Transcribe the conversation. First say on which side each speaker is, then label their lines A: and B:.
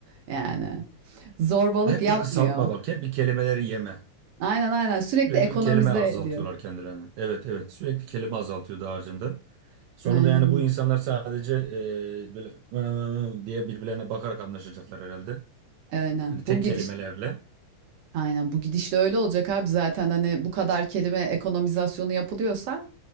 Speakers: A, on the right; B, on the right.
A: Yani zorbalık
B: Hep
A: yapmıyor.
B: bir kısaltma bak hep bir kelimeleri yeme.
A: Aynen aynen sürekli
B: Sürekli
A: ekonomize
B: bir kelime azaltıyorlar
A: ediyor.
B: kendilerine. Evet evet sürekli kelime azaltıyor daha harcında. Sonunda
A: Aynen aynen.
B: yani bu insanlar sadece e, böyle "Vı vı vı" diye birbirlerine bakarak anlaşacaklar herhalde.
A: Aynen.
B: Yani tek
A: Bu gidiş
B: kelimelerle.
A: Aynen bu gidişle öyle olacak abi zaten hani bu kadar kelime ekonomizasyonu yapılıyorsa